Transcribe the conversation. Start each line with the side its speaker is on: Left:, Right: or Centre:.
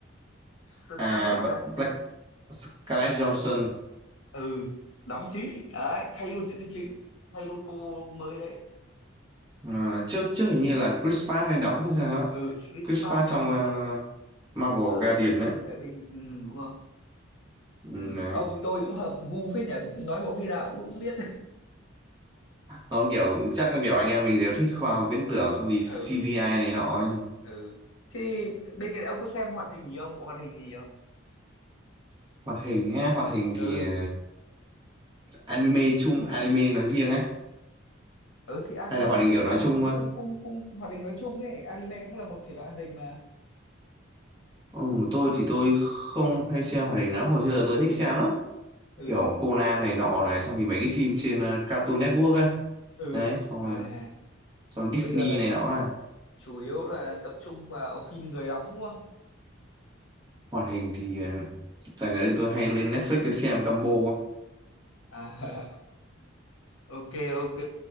Left: Scarlett
Right: à B-
Left: à
Right: Black Scarlett Johansson
Left: ừ đóng chính đấy thay luôn diễn viên chính thay luôn cô mới đấy
Right: Ờ, trước trước hình như là Chris Pratt hay đóng hay sao ấy.
Left: ừ Chris
Right: Chris
Left: Pratt
Right: Pratt trong
Left: đúng
Right: ờ,
Left: rồi
Right: Marvel
Left: Ờ,
Right: Guardian
Left: vệ binh
Right: ấy
Left: vệ binh ừ, đúng rồi
Right: ừ,
Left: ừ.
Right: đấy.
Left: ông với tôi cũng hợp gu phết nhỉ nói bộ phim nào cũng biết
Right: không kiểu chắc là kiểu anh em mình đều thích khoa học viễn tưởng xong thì CGI
Left: <laughs> ừ
Right: này nọ ấy.
Left: ừ thì bên cạnh đấy ông có xem hoạt hình gì không bộ hoạt hình gì không
Right: hoạt hình á hoạt hình
Left: ừ
Right: thì ờ, anime chung anime nói riêng á
Left: ừ thì anime
Right: hay là hoạt hình
Left: cũng
Right: kiểu
Left: là
Right: nói chung
Left: cũng
Right: thôi
Left: cũng cũng cũng hoạt hình nói chung ấy anime cũng là một thể loại hoạt hình mà
Right: Ừ, tôi thì tôi không hay xem hoạt hình lắm hồi xưa tôi
Left: ừ
Right: thích xem lắm
Left: ừ
Right: kiểu Conan này nọ này xong thì mấy
Left: ừ
Right: cái phim trên ờ, Cartoon Network ấy
Left: ừ
Right: đấy xong
Left: à
Right: rồi xong
Left: còn
Right: Disney
Left: bây giờ là
Right: này nọ à.
Left: chủ yếu là tập trung vào phim người đóng đúng không
Right: hoạt hình thì ờ, dạo gần đây tôi hay lên Netflix tôi xem combo
Left: à <laughs> ok ok